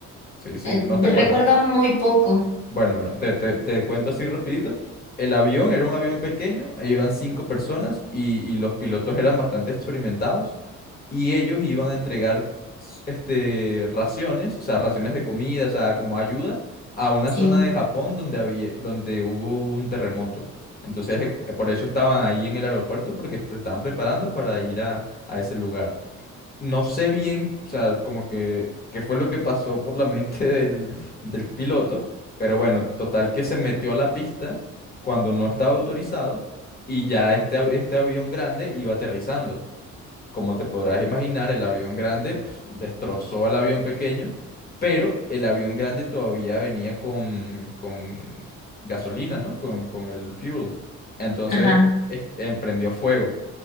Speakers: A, on the left (about 30°); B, on the left (about 60°).
A: Sí, sí,
B: Eh,
A: ¿no te acuerdas?
B: recuerdo muy poco,
A: Bueno, bueno, te, te- te cuento así rapidito. El avión era un avión pequeño, e iban cinco personas y, y los pilotos eran bastante experimentados y ellos iban a entregar s- este, raciones, o sea, raciones de comida, o sea, como ayuda a una
B: sí.
A: zona de Japón donde había, donde hubo un terremoto. Entonces, eh, por eso estaban ahí en el aeropuerto porque se estaban preparando para ir a, a ese lugar. No sé bien, o sea, como que qué fue lo que pasó por la mente <laughs> del, del piloto, pero bueno, total que se metió a la pista cuando no estaba autorizado y ya este, av- este avión grande iba aterrizando. Como te podrás imaginar, el avión grande pf, destrozó al avión pequeño, pero el avión grande todavía venía con, con gasolina, ¿no? Con, con el fuel. Entonces,
B: Ajá,
A: este, emprendió fuego.